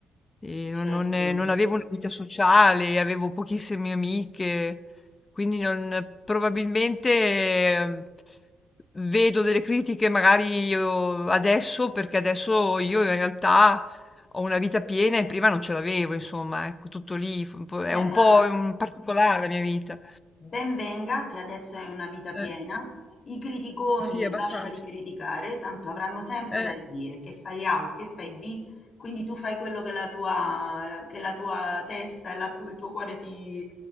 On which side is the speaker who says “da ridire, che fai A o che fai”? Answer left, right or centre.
Left